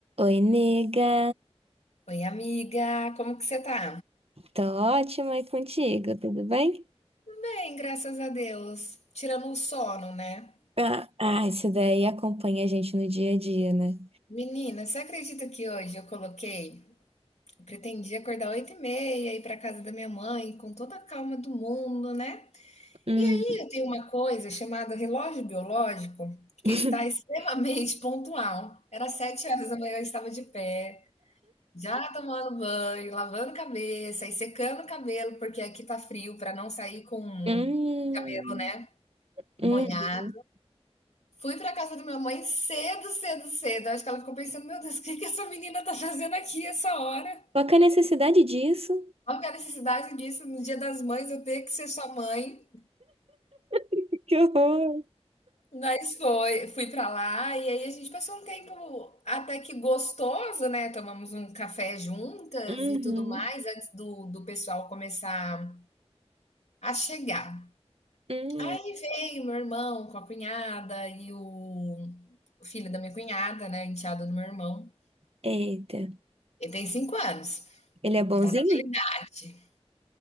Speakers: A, on the right; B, on the left.
A: Oi, nega.
B: Oi, amiga, como que você tá?
A: Tô ótima e contigo, tudo bem?
B: Bem, graças a Deus. Tirando o sono, né?
A: Ah, ah, isso daí acompanha a gente no dia a dia, né?
B: Menina, você acredita que hoje eu coloquei? Eu pretendia acordar 8h30, ir pra casa da minha mãe, com toda a calma do mundo, né?
A: Hum.
B: E aí eu tenho uma coisa chamada relógio biológico, que
A: <laughs>
B: está extremamente <laughs> pontual. Era 7 horas da manhã, eu estava de pé, já tomando banho, lavando cabeça e secando o cabelo, porque aqui tá frio, pra não sair com
A: Hum.
B: cabelo, né, molhado.
A: Uhum.
B: Fui pra casa da minha mãe cedo, cedo, cedo. Acho que ela ficou pensando, meu Deus, o que que essa menina tá fazendo aqui essa hora?
A: Qual que é a necessidade disso?
B: Qual que é a necessidade disso no Dia das Mães eu ter que ser sua mãe?
A: <laughs> Que horror!
B: Mas foi, fui pra lá e aí a gente passou um tempo até que gostoso, né? Tomamos um café juntas
A: Uhum.
B: e tudo mais antes do, do pessoal começar a chegar.
A: Hum.
B: Aí veio meu irmão com a cunhada e o, o filho da minha cunhada, né? Enteado do meu irmão.
A: Eita.
B: Ele tem cinco anos.
A: Ele é bonzinho?
B: Tá na realidade.